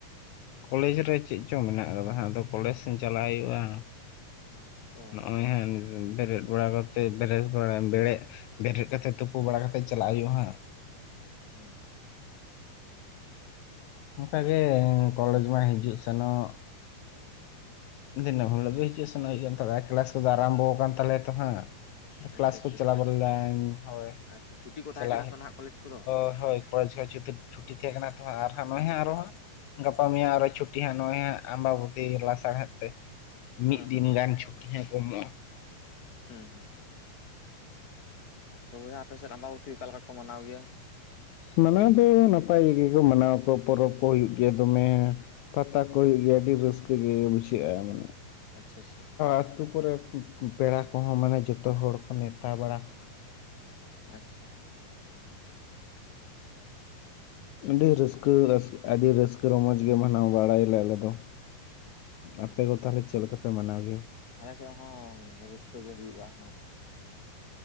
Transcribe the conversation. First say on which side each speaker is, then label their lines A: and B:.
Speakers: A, on the left; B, on the left.
A: ᱠᱚᱞᱮᱡᱽ ᱨᱮ ᱪᱮᱫ ᱪᱚᱝ ᱢᱮᱱᱟᱜ ᱠᱟᱫᱟ ᱦᱟᱜ ᱟᱫᱚ ᱠᱚᱞᱮᱡ ᱥᱮᱫ ᱪᱟᱞᱟᱜ ᱦᱩᱭᱩᱜᱼᱟ᱾
B: ᱚ
A: ᱱᱚᱜᱼᱚᱭ
B: ᱟᱪᱪᱷᱟ ᱟᱪᱪᱷᱟ
A: ᱦᱟᱜ ᱵᱮᱨᱮᱫ ᱵᱟᱲᱟ ᱠᱟᱛᱮ᱾ ᱮ ᱵᱮᱨᱮᱥ ᱵᱮᱨᱮᱫ ᱵᱮᱨᱮᱫ ᱠᱟᱛᱮᱜ ᱛᱩᱯᱩ ᱵᱟᱲᱟ ᱠᱟᱛᱮᱫ ᱪᱟᱞᱟᱜ ᱦᱩᱭᱩᱜᱼᱟ᱾ ᱦᱟᱸᱜ
B: ᱦᱩᱸ
A: ᱚᱱᱠᱟ ᱜᱮ ᱠᱚᱞᱮᱡᱽ ᱢᱟ ᱦᱤᱡᱩᱜ ᱥᱮᱱᱚᱜ ᱫᱤᱱᱟᱹᱢ ᱦᱤᱞᱳᱜ ᱜᱮ ᱦᱤᱡᱩᱜ ᱥᱮᱱᱚᱜ ᱦᱩᱭᱩᱜ-ᱟ᱾ ᱛᱚ ᱵᱮ ᱠᱮᱞᱟᱥ ᱠᱚ ᱫᱚ ᱟᱨᱟᱢᱵᱚ ᱠᱟᱱ ᱛᱟᱞᱮ ᱭᱟ ᱛᱚ ᱦᱟᱸᱜ
B: ᱟᱪᱪᱷᱟ
A: ᱠᱮᱞᱟᱥ
B: ᱟᱪᱪᱷᱟ
A: ᱠᱚ ᱪᱟᱞᱟᱣ
B: ᱠᱚᱞᱮᱡᱽ
A: ᱵᱟᱲᱟ ᱞᱮᱱ
B: ᱛᱟ
A: ᱦᱳᱭ
B: ᱟᱪᱪᱷᱟ ᱪᱷᱩᱴᱤ ᱠᱚ ᱛᱟᱦᱮᱸ
A: ᱪᱟᱞᱟᱜ
B: ᱠᱟᱱᱟ
A: ᱦᱩᱭᱩᱜ
B: ᱛᱚ ᱱᱟᱦᱟᱜ ᱠᱚᱞᱮᱡᱽ ᱠᱚᱫᱚ
A: ᱦᱳᱭ ᱦᱳᱭ ᱠᱚᱞᱮᱡᱽ ᱠᱤᱪᱷᱩ ᱫᱤᱱ ᱪᱷᱩᱴᱤ ᱛᱟᱦᱮᱸ ᱠᱟᱱᱟ ᱛᱚ ᱟᱨ ᱱᱚᱜᱚᱭ ᱦᱟᱜ ᱟᱨ ᱦᱚᱸ ᱜᱟᱯᱟ ᱢᱮᱭ ᱟᱨᱚ ᱪᱷᱩᱴᱤ ᱦᱟᱸᱜ ᱱᱚᱜᱼᱚᱭ ᱦᱜ ᱟᱢ ᱵᱟ ᱵᱚᱛᱤ ᱞᱟᱥᱟᱲᱦᱮᱫ᱾ ᱛᱮ
B: ᱦᱩᱸ
A: ᱢᱤᱫ
B: ᱦᱩᱸ
A: ᱫᱤᱱ ᱜᱟᱱ ᱪᱷᱩᱴᱤ ᱦᱟᱜ ᱠᱚ ᱮᱢᱚᱜᱼᱟ᱾
B: ᱦᱩᱸ ᱦᱩᱸ ᱛᱚ ᱵᱚᱭᱦᱟ ᱟᱯᱮ ᱥᱮᱫ ᱟᱵᱟᱵᱩᱛᱤ ᱚᱠᱟ ᱞᱮᱠᱟ ᱠᱚ ᱢᱟᱱᱟᱣ ᱜᱮᱭᱟ᱾
A: ᱢᱟᱱᱟᱣ ᱫᱚ ᱱᱟᱯᱟᱭ ᱜᱮ ᱠᱚ ᱢᱟᱱᱟᱣ ᱟᱠᱚ ᱯᱚᱨᱚᱵᱽ ᱠᱚ ᱦᱩᱭᱩᱜ ᱜᱮᱭᱟ ᱫᱚᱢᱮ ᱯᱟᱛᱟ ᱠᱚ ᱦᱩᱭᱩᱜ ᱜᱮᱭᱟ ᱟᱹᱰᱤ ᱨᱟᱹᱥᱠᱟᱹ ᱜᱮ ᱵᱩᱡᱷᱟᱹᱜᱼᱟ᱾
B: ᱟᱪᱪᱷᱟ ᱟᱪᱪᱷᱟ
A: ᱟᱹᱛᱩ ᱠᱚ ᱨᱮ ᱯᱮᱲᱟ ᱠᱚ ᱦᱚᱸ ᱢᱟᱱᱮ ᱡᱷᱚᱛᱚ ᱦᱚᱲ ᱠᱚ ᱱᱮᱣᱛᱟ ᱵᱟᱲᱟ
B: ᱟᱪᱪᱷᱟ
A: ᱟᱹᱰᱤ ᱨᱟᱹᱥᱠᱟᱹ ᱟᱹᱰᱤ ᱨᱟᱹᱥᱠᱟᱹ ᱨᱚᱢᱚᱡᱽ ᱜᱮ ᱢᱟᱱᱟᱣ ᱵᱟᱲᱟᱭ ᱟᱞᱮ ᱫᱚ᱾
B: ᱦᱩᱸ
A: ᱟᱯᱮ ᱫᱚ ᱛᱟᱦᱞᱮ ᱪᱮᱫ ᱞᱮᱠᱟ ᱯᱮ ᱢᱟᱱᱟᱣ ᱜᱮᱭᱟ᱾
B: ᱟᱞᱮ ᱥᱮᱫ ᱦᱚᱸ ᱨᱟᱹᱥᱠᱟᱹ ᱜᱮ ᱦᱩᱭᱩᱜᱼᱟ ᱦᱟᱜ